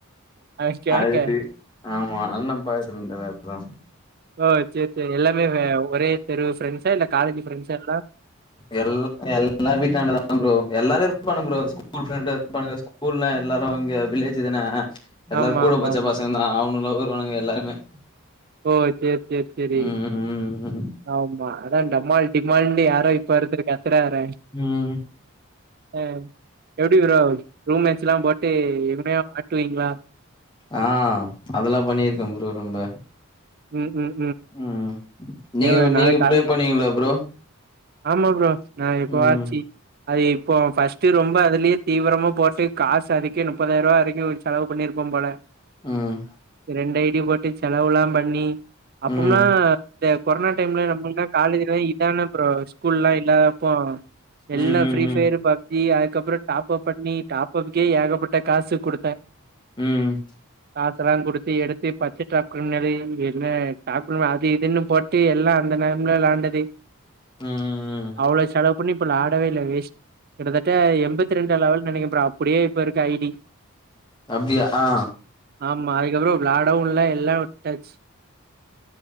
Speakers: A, on the right; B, on the left.
A: அ கேக்கே
B: அது ஆமா அண்ணே பாத்துனுந்தார் அதா
A: ஓ சேர் சேரி எல்லாமே வ ஒரே தெரு ஃப்ரெண்ஸா இல்ல காலேஜு ஃப்ரெண்ஸா எல்லா
B: எல்ல எல்லா வீட்டாண்டதா ப்ரோ எல்லாரு இருப்பானுங் ப்ரோ ஸ்கூல் ஃப்ரெண்டு இருப்பானுங்க ஸ்கூல்ல எல்லாரு இங்க வில்லேஜு தானே எல்லார்
A: ஆமா,
B: கூட
A: ஆமா,
B: பச்சா
A: ஆமா.
B: பசங்க தா அவ்னுங்ளு வருவானுங்க எல்லாருமே
A: ஓ சேர் சேர் சேரி
B: ம் ம்
A: ஆமா அதா டமால் டிமால்ன் னு யாரோ இப்ப ஒருத்தரு கத்துறாறே
B: ம்
A: அ எப்டி ப்ரோ ரூம் மேட்ஸுலாம் போட்டு எவனியா வாட்டுவீங்ளா
B: ஆ அதுல்லா பண்ணியிருக்கே ப்ரோ ரொம்ப
A: ம், ம்,
B: ம் நீங்க
A: ஏங்க
B: நீங்க
A: நாளைக்கு காலேஜ்
B: ப்ளே பண்வீங்களா ப்ரோ
A: ஆமா ப்ரோ நா எப்போவாச்சி
B: ம்
A: அது இப்போ ஃபஸ்ட்டு ரொம்ப அதுலியே தீவிரமா போட்டு காசு அதுக்கே முப்பதாய்ருவா வரைக்குச் செலவு பண்ணியிருப்பம்போல
B: ம்
A: ரெண்டு ஐடி போட்டு செலவுலாம் பண்ணி அப்பம்ல்லா
B: ம்
A: இந்த கொரோனா டைம்லா நம்மள்க்லா காலேஜ் இல்ல இதான ஒர் ஸ்கூல்லா இல்ல அப்போ எல்லா
B: ம் ம்
A: ஃப்ரீ
B: ம்
A: ஃபயரு பப்ஜி அதுக்கப்புறோ டாப்பப் பண்ணி டாப்பப்புகே ஏகப்பட்ட காசு குடுத்தே
B: ம்
A: காசெல்லா குடுத்து எடுத்து <unintelligible> நெறிய என்ன ஆப்புன் அது இதுன்னு போட் டு எல்லா அந்த நேரம்ல விளாண்டது
B: ம்
A: அவ்ளோ செலவ் பண்ணு இப்ப வ்ளாடவே இல்ல வேஸ்ட் கிட்டத்தட்ட எம்பத்தி ரெண்டா லெவல் நெனைக்க ப்ரோ அப்புடியே இப்ப இருக்கு ஐடி
B: அப்டியா ஆ
A: ஆமா அதுக்கப்புறோ வ்ளாடவு இல்ல எல்லா உட்டாச்சு